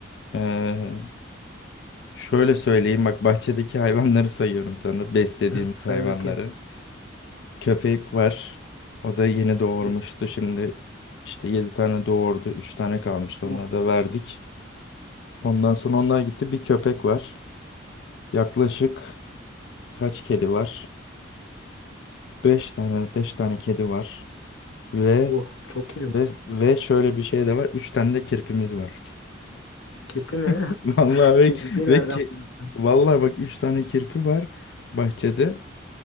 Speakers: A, on the left; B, on the left.
A: eee, Şöyle söyleyeyim bak bahçedeki hayvanları sayıyorum sana. Beslediğimiz
B: Hı, Say
A: hayvanları.
B: bakayım.
A: Köpek var. O da yeni doğurmuştu.
B: Bir-
A: Şimdi işte 7 tane doğurdu. üç tane kalmıştı.
B: Oh
A: Onları da verdik. Ondan sonra onlar gitti. Bir köpek var. Yaklaşık kaç kedi var? Beş tane beş tane kedi var. Ve
B: oh çok kedi var.
A: ve ve şöyle bir şey de var. üç tane de kirpimiz var.
B: Kirpi mi?
A: <laughs> Vallahi
B: <laughs>
A: ve,
B: Kirpi nereden
A: ve ki,
B: buldun?
A: vallahi bak 3 tane kirpi var bahçede.